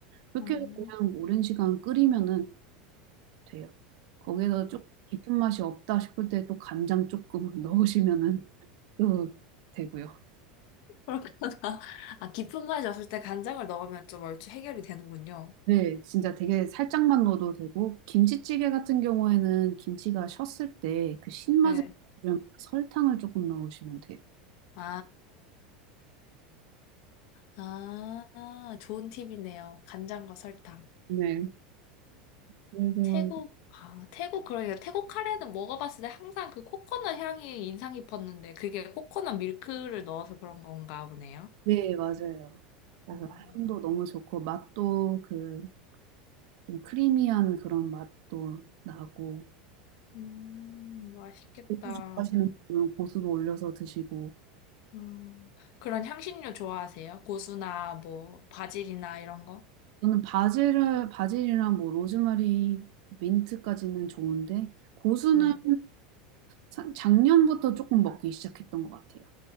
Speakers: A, on the right (about 65°); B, on the left (about 60°).
A: 그렇게
B: 아,
A: 해서 그냥 오랜 시간 끓이면은 돼요. 거기에서 조금 깊은 맛이 없다 싶을 때 또 간장 조금 <laughs> 넣으시면은 넣어도 되고요.
B: 어, 그렇구나. <laughs> 아, 깊은 맛이 없을 때 간장을 넣으면 좀 얼추 해결이 되는군요.
A: 네, 진짜 되게 살짝만 넣어도 되고, 김치찌개 같은 경우에는 김치가 셨을 때 그 신맛을
B: 네.
A: 주려면 설탕을 조금 넣으시면 돼요.
B: 아, 아, 아, 좋은 팁이네요. 간장과 설탕.
A: 네. 그래서
B: 태국, 아, 태국, 그러니까 태국 카레는 먹어봤을 때 항상 그 코코넛 향이 인상 깊었는데 그게 코코넛 밀크를 넣어서 그런 건가 보네요.
A: 네, 맞아요. 그래서
B: 음,
A: 향도 너무 좋고, 맛도 그, 좀 크리미한 그런 맛도 나고,
B: 음, 맛있겠다.
A: 고수 좋아하시는 분들은 고수도 올려서 드시고,
B: 음, 그런 향신료 좋아하세요? 고수나 뭐 바질이나 이런 거?
A: 저는 바질을, 바질이랑 뭐 로즈마리, 민트까지는 좋은데, 고수는
B: 네.
A: 사- 작년부터 조금 먹기 시작했던 것 같아요.